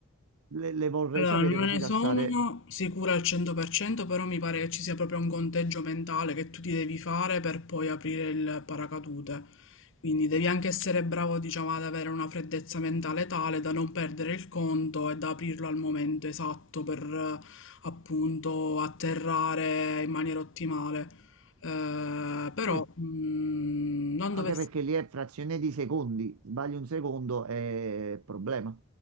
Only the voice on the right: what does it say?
le, le vorrei
sapere
così
da
stare...
Sì,
anche perché lì è frazione di secondi. Sbagli un secondo è problema.